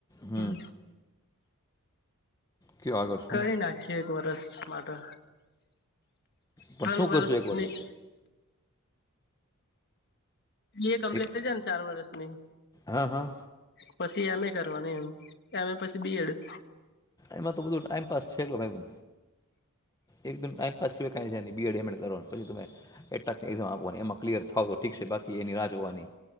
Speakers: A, on the left (about 15°); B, on the left (about 50°).
A: હમ્મ
B: હમ
A: કયો આગળ શું
B: કરી નાખીએ એક વર્ષ માટે
A: પણ
B: ત્રણ
A: શું
B: વર્ષની
A: કરશું એક વર્ષ
B: એ કોમ્પલેટ
A: એક
B: થઈ જાય ને ચાર વર્ષની
A: હા હા
B: પછી એમ એ કરવાનું એમ એમ એ પછી બી એડ
A: એમાં તો બધું ટાઈમપાસ છે <unintelligible> એકદમ ટાઈમપાસ સિવાય કઈ નહી બીએડ એમએડ કરવાનું પછી તમે એટકને એજ આપવાની એમાં ક્લિયર થાવો તો ઠીક બાકી એની રાહ જોવાની